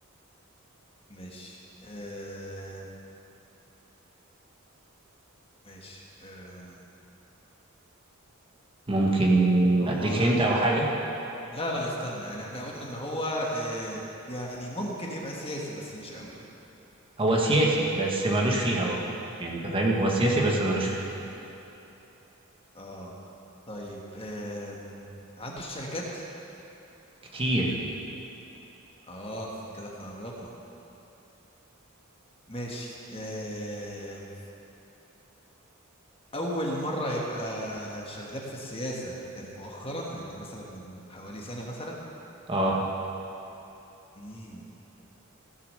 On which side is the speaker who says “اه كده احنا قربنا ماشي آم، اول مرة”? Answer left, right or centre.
Left